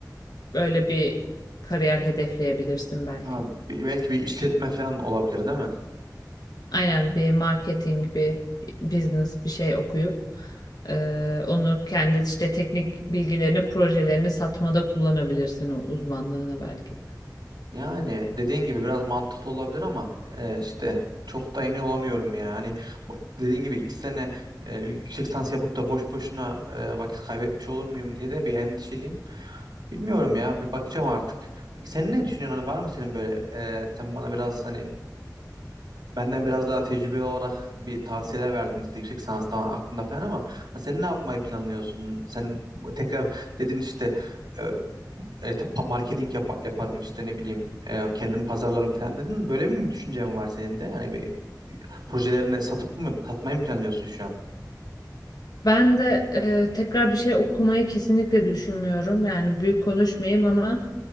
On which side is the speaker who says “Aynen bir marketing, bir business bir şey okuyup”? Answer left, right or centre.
Left